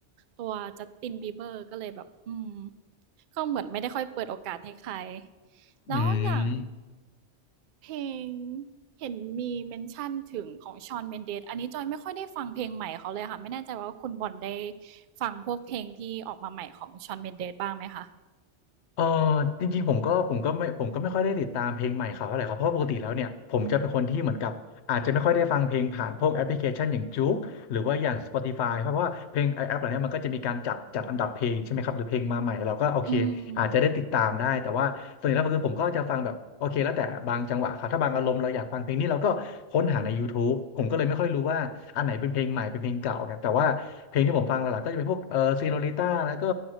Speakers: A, on the right (about 60°); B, on the left (about 75°).
A: ตัว Justin Bieber ก็เลยแบบอืมก็เหมือนไม่ได้ค่อยเปิดโอกาสให้ใคร
B: <laughs>
A: แล้วอย่าง
B: อืม
A: เพลงเห็นมีเมนชั่นถึงของ Shawn Mendes อันนี้จอยไม่ค่อยได้ฟังเพลงใหม่เขาเลยค่ะไม่แน่ใจว่าคุณบอลได้ฟังพวกเพลงที่ออกมาใหม่ของชอนเ n นเด d บ้างไหมคะ
B: เออจริงๆผมก็ผมก็ไม่ผมก็ไม่ค่อยได้ติดตามเพลงใหม่เขาเท่าไหร่ครับเพราะปกติแล้วเนี่ยผมจะเป็นคนที่เหมือนกับอาจจะไม่ค่อยได้ฟังเพลงผ่านพวกแอปพลิเคชันอย่างจ๊กหรือว่าอย่าง Spotify เพราะว่าเพลงไอแอปเหล่านี้มันก็จะมีการจัดจัดอันดับเพลงใช่ไหมครับหรือเพลงมาใหม่เราก็โอเคอาจจะได้ติดตามได้แต่ว่าส่วนใหญ่แล้วคือผมก็จะฟังแบบโอเคแล้วแต่บางจังหวะครับถ้าบางอารมณ์เราอยากฟังเพลงนี้เราก็ค้นหาใน
A: อืม
B: YouTube ผมก็เลยไม่ค่อยรู้ว่าอันไหนเป็นเพลงใหม่เป็นเพลงเก่าครับแต่ว่าเพลงที่ผมฟังหลักๆก็จะเป็นพวกเออซีโนลิต้าแล้วก็